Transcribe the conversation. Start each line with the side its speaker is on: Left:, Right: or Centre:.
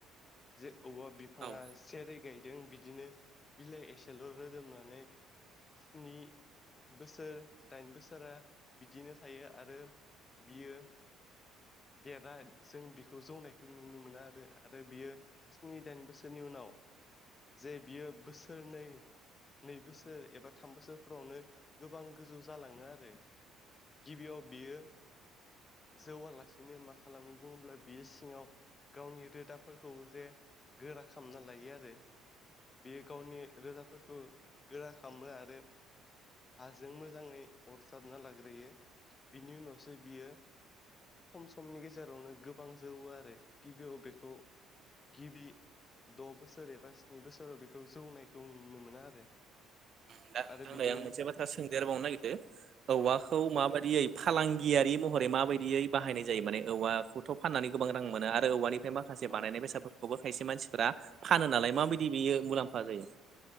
Left: जे औवा बिफाङा
Right: औ
Left: सेरै गायदों बिदिनो बिलाइ एसेल' रोदोमो नै, स्नि बोसोर दाइन बोसोरा बिदिनो थायो आरो बियो देरा जों बेखौ जौनायखौ नुनो मोना आरो आरो बियो स्नि दाइन बोसोरनि उनाव जे बियो बोसोर नै नै बोसोर एबा थाम बोसोरफोरावनो गोबां गोजौ जालाङो आरो। गिबियाव बियो जौवालासिनो मा खालामो बुङोब्ला बियो सिङाव गावनि रोदाफोरखौ जे गोरा खालामना लायो आरो बेयो गावनि रोदाफोरखौ गोरा खालामो आरो हाजों मोजाङै अरजाबना लाग्रोयो बिनि उनावसो बियो खम समनि गेजेरावनो। गो गबां जौवो आरो गिबियाव बेखौ गिबि द' बोसोर एबा स्नि बोसोराव बेखौ जौनायखौ नुनो मोनो आरो
Right: उम दा नोंथां
Left: आरो बिदिनो
Right: दायो मोनसे बाथ्रा सोंदेरबावनो नागिरदो औवाखौ
Left: औ
Right: माबायदियै फालांगियारि महरै माबायदियै बाहायनाय जायो माने औवाखौथ' फाननानै गोबां रां मोनो आरो औवानिफ्राय माखासे
Left: औ
Right: बानायनाय बेसादफोर खौबो खायसे मानसिफोरा फानो नालाय माबायदि बेयो मुलाम्फा जायो।